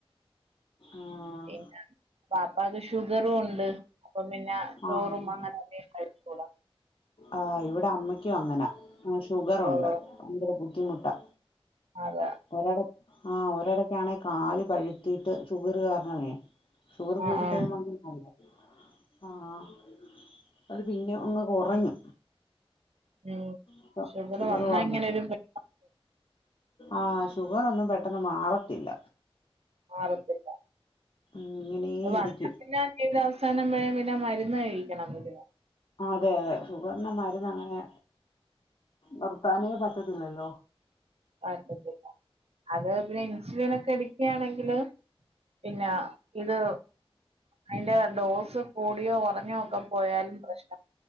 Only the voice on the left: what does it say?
ആഹ്
ആഹ്
ആഹ് ഇവിടെ അമ്മക്കും അങ്ങനാ ഷുഗറൊണ്ട്
ഭയങ്കര ബുദ്ധിമുട്ടാ
ഒരട ആഹ് ഒരടക്കാണെ കാല് പഴുത്തിട്ട് ചഷുഗർ കാരണമേ ഷുഗർ
കൂടി
കഴിയുമ്പോ നമ്മുക്ക് അറിയാം ആഹ് അത് പിന്നെ ഒന്ന് കുറഞ്ഞു
ഇപ്പം
വന്നു
ആഹ് ഷുഗറോന്നും പെട്ടെന്ന് മാറത്തില്ല
ഉം ഇങ്ങനേ
ഇരിക്കും
അതെ അതെ ഷുഗറിന്റെ മരുന്ന് അങ്ങനെ പ്പം താനേ പറ്റത്തില്ലല്ലോ